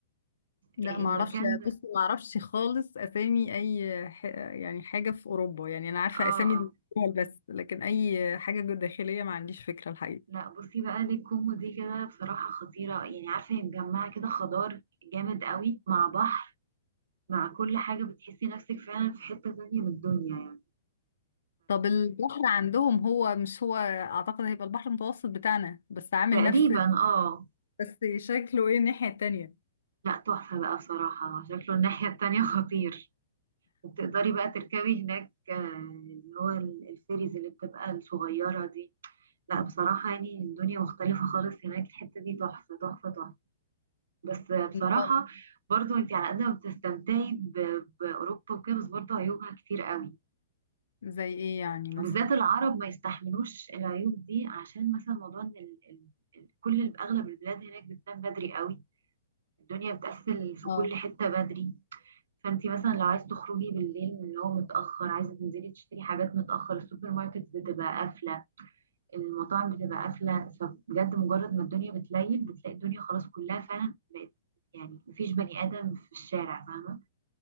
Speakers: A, on the left (about 80°); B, on the right (about 75°).
A: لا
B: آه المكان
A: ما اعرفش
B: ده
A: بصي ما اعرفش خالص اسامي اي ح... يعني حاجة في أوروبا يعني انا عارفة
B: اه
A: اسامي الدول
B: آه.
A: بس لكن اي حاجة داخلية ما عنديش فكرة الحقيقة
B: لا بصي بقى دي الكومبو دي كده بصراحة خطيرة يعني عارفة هي مجمعة كده خضار جامد قوي مع بحر مع كل حاجة بتحسي نفسك فعلا في حتة تانية من الدنيا يعني
A: طب البحر عندهم هو مش هو اعتقد هيبقى البحر المتوسط بتاعنا بس عامل
B: فتقريبا
A: نفس
B: اه
A: بس شكله ايه الناحية التانية
B: لا تحفة بقى بصراحة شكله الناحية التانية خطير وبتقدري بقى تركبي هناك آه، اللي هو ال- الفيريز اللي بتبقى الصغيرة دي لا بصراحة يعني الدنيا مختلفة خالص هناك الحتة دي تحفة تحفة تحفة بس بصراحة
A: طيب.
B: برضو انت على قد ما بتستمتعي ب- بأوروبا وكده بس برضو عيوبها كتير قوي
A: زي ايه يعني مثلا
B: بالذات العرب ما يستحملوش العيوب دي عشان مثلا موضوع ان ال- ال- ال- كل ال- اغلب البلاد هناك بتنام بدري قوي الدنيا بتقفل في
A: اه
B: كل حتة بدري فانت مثلا لو عايز تخرجي بالليل من اللي هو متأخر عايزة تنزلي تشتري حاجات متأخر السوبر ماركت بتبقى قافلة المطاعم بتبقى قافلة فبجد مجرد ما الدنيا بتليل بتلاقي الدنيا خلاص كلها فعلا بقت يعني مفيش بني آدم في الشارع فاهمة